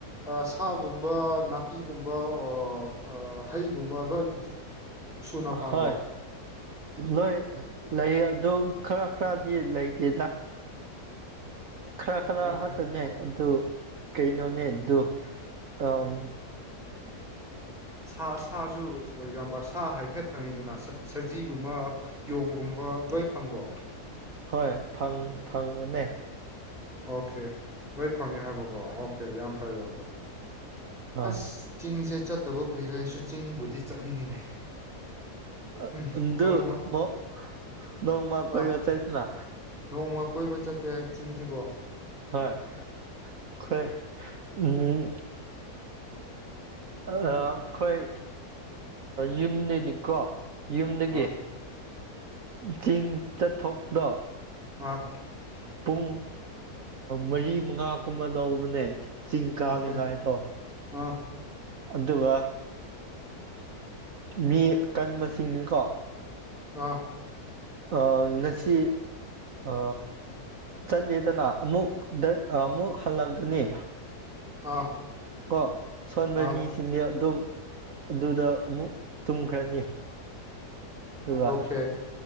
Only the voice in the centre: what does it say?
ꯁꯥꯒꯨꯝ ꯒꯨꯝꯕ ꯅꯥꯄꯤꯒꯨꯝꯕ ꯑꯣꯔ ꯑꯥ ꯍꯩꯒꯨꯝꯕ ꯂꯣꯏ ꯁꯨꯅ ꯄꯥꯟꯕ꯭ꯔꯣ
ꯑꯣꯀꯦ
ꯁꯥ ꯁꯥꯁꯨ ꯐꯣꯔ ꯑꯦꯛꯖꯥꯝꯄꯜ ꯁꯥ ꯍꯥꯏꯐꯦꯠ ꯐꯪꯉꯤꯗꯅ ꯁꯖꯤꯒꯨꯝꯕ ꯌꯣꯡꯒꯨꯝꯕ ꯂꯣꯏ ꯐꯪꯕ꯭ꯔꯣ
ꯑꯣꯀꯦ ꯂꯣꯏ ꯐꯪꯉꯦ ꯍꯥꯏꯕꯀꯣ ꯑꯣꯀꯦ ꯌꯥꯝ ꯐꯔꯦ ꯌꯥꯝ ꯐꯔꯦ
ꯑꯁ ꯆꯤꯡꯁꯦ ꯆꯠꯇꯕ ꯀꯨꯏꯔꯦ ꯑꯩꯁꯨ ꯆꯤꯡꯕꯨꯗꯤ ꯆꯠꯅꯤꯡꯉꯤꯅꯦ
ꯎꯝ
ꯅꯣꯡꯃ
ꯑꯥ
ꯅꯣꯡꯃ ꯀꯣꯏꯕ ꯆꯠꯄ ꯌꯥꯏ ꯆꯤꯡꯁꯤꯀꯣ
ꯎꯝ
ꯑꯥ
ꯑꯥ
ꯑꯣꯀꯦ
ꯑꯥ
ꯑ
ꯑꯥ
ꯑꯥ
ꯑꯣꯀꯦ